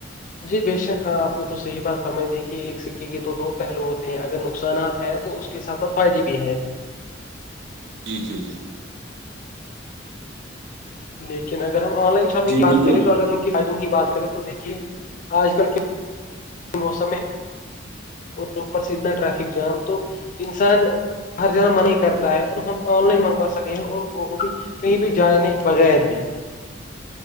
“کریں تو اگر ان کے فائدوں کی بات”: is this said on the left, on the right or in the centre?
Left